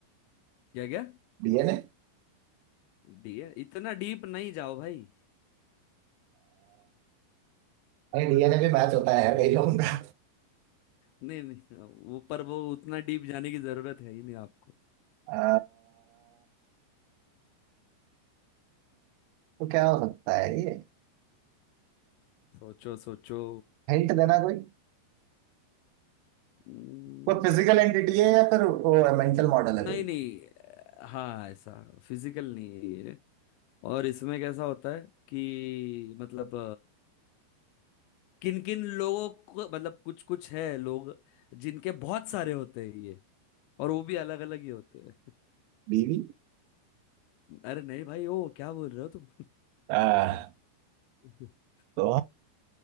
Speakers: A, on the left; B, on the right.
A: क्या क्या
B: डीएनए
A: डी है इतना डीप नहीं जाओ भाई
B: नहीं डीएनए भी मैच होता है कई लोगों का
A: नहीं नहीं वो पर वो उतना डीप जाने की जरूरत है ही नहीं आपको
B: आ, तो क्या हो सकता है ये
A: सोचो सोचो
B: हिंट देना कोई
A: हम्म,
B: वो फिजिकल एंटिटी है या फिर वो मेंटल मॉडल है
A: नहीं
B: कोई
A: नहीं अ, हाँ ऐसा फिजिकल नहीं है ये और इसमें कैसा होता है कि मतलब किन किन लोगों को मतलब कुछ कुछ है लोग जिनके बहुत सारे होते हैं ये और वो भी अलग अलग ही होते हैं
B: बीवी
A: <laughs> अरे नहीं भाई ओ क्या बोल रहे हो तुम
B: आ,
A: <laughs>
B: तो